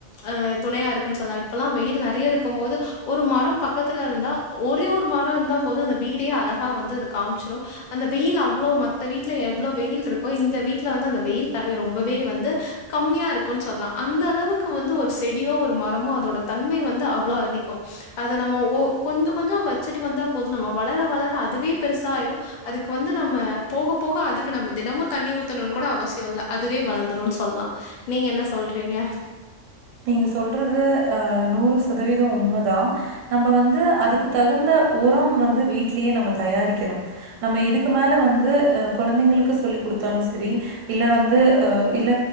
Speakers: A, on the left (about 60°); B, on the right (about 85°).
A: அ துணையாருக்குன் சொல்லா இப்பல்லா வெயில் நறைய இருக்கும்மோது ஒரு மரம் பக்கத்துல இருந்தா ஒரேஒரு மரொ இந்தா போது அந்தவீடே அழகா வந்து அது காம்ச்சிரு அந்த வெயில் அவ்ளோ மத்த வீட்ல எவ்ளோ வெயில்ருக்கோ இந்த வீட்ல வந்துஅந்த வெயில் தன்மை ரொம்பவே வந்து கம்மியாருக்குன் சொல்லா அந்த அளவுக் வந்து ஒரு செடியோ ஒரு மரமோ அதோட தன்மை வந்து அவ்ளோ அதிகொ அத நம்ம ஒ கொஞ்சொ கொஞ்சொ வ வச்சிட்டு வந்தா போது நம்ம வளர வளர அதுவே பெருசாய்ரு அதுக்கு வந்து நம்ம போக போக அதுக்கு நம்ம தினமு தண்ணி ஊத்தணுன் கூட அவசியொ இல்ல அதுவே வளந்துருன் சொல்லா நீங்க என்ன சொல்றீங்க
B: நீங்க சொல்றது அ நூறுசதவீத உண்மதா நம்ப வந்து அதுக்கு தகுந்த உரம் வந்து வீட்லியே நம்ம தயாரிக்கணு நம்ப இதுக்கு மேல வந்து அ கொழந்தைங்களுக்கு சொல்லி குடுத்தான்னு செரி இல்ல வந்து அ இல்ல